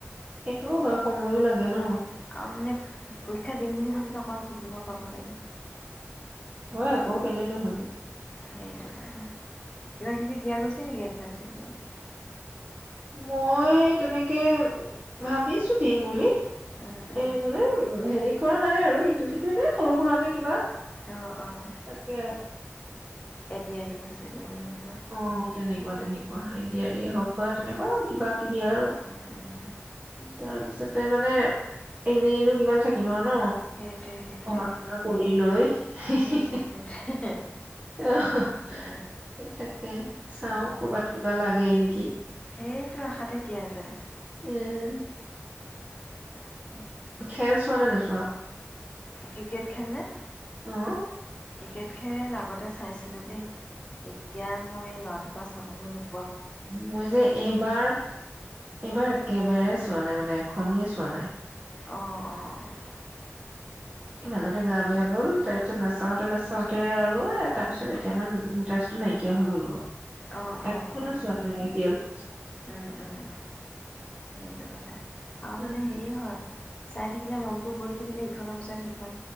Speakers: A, on the right; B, on the left.
A: সেইটোও হয়। সময়ো লাগে ন
B: অঁ, আমি পৰীক্ষা দিম বুলি ভাবিলে অকণমান পঢ়িব পাব লাগে।
A: হয় আকৌ কেলে নহয়নো।
B: সেইটোকাৰণে। কিবা কিবি দিয়া গৈছে নেকি একজাম <unintelligible>
A: মই তেনেকে ভাবিছো দিম বুলি।
B: উম উম
A: এ মানে উম হেৰি কৰা নাই আৰু ইটো সিটো এনে সৰু সুৰাকে কিবা
B: অঁ অঁ।
A: তাকে
B: এ ডি আৰ ই <unintelligible>
A: অঁ তেনেকুৱা তেনেকুৱা, এ দি আৰ ইয়ে হওঁক বা তেনেকুৱা কিবা কিবি আৰু
B: উম উম
A: তাৰপিছতে মানে এনেইনো কিমান থাকিম আৰু। ন
B: সেইটোৱে সেইটোৱে
A: পঢ়া শুনা কৰি লৈ <unintelligible>
B: সেইটোৱে সেইটোৱে
A: অঁ,
B: সেইটোৱে।
A: সেই তাকে চাওঁ
B: উম
A: কৰ'বাত কিবা লাগে <unintelligible> নেকি।
B: সেইটো আশাতে দিয়া যায়।
A: উম।
B: <unintelligible>
A: খেল চোৱা নে নোচোৱা।
B: ক্ৰিকেট খেলনে।
A: অঁ।
B: ক্ৰিকেট খেল আগতে চাইছিলো দেই, এতিয়া মই ল'ৰাটোৰ পৰা চাবলৈ নো
A: মই যে এইবাৰ-এইবাৰ একেবাৰে চ চোৱা নাই মানে এখনোয়ে চোৱা নাই।
B: অঁ অঁ।
A: এই মাজতে গা বেয়া হ'ল তাৰ তাৰপিছত নাচাওঁতে নাচাওঁতে আৰু এ তাৰ পিছত এতিয়া মোৰ ইণ্টাৰেষ্টটো নাইকিয়া হৈ গ'লগৈ।
B: অ',
A: এখনো
B: অ',
A: চোৱাগে নাই এতিয়ালৈ
B: উম উম। সেইটো কথা। অআহ
A: উম
B: মানে হেৰি হয় চাই থাকিলে মনতটো বহি থাকিলে ইখনৰ পিছত সিখন